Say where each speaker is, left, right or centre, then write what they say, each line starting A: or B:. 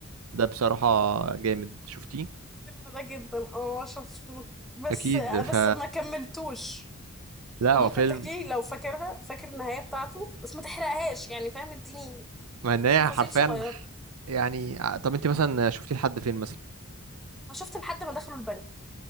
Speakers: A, on the right; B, in the centre.
A: ده بصراحه جامد شفتيه
B: الفيلم ده جدا اه شفته بس
A: اكيد ف
B: بس ما كملتوش
A: لا
B: فممكن
A: هو فيلم
B: تحكي لي لو فاكرها فاكر النهاية بتاعته بس ما تحرقهاش يعني فاهم اديني
A: مع ان هي
B: تفاصيل
A: حرفيا
B: صغيرة
A: يعني طب انت مثلا شفتي لحد فين مثلا
B: انا شفت لحد ما دخلوا البنك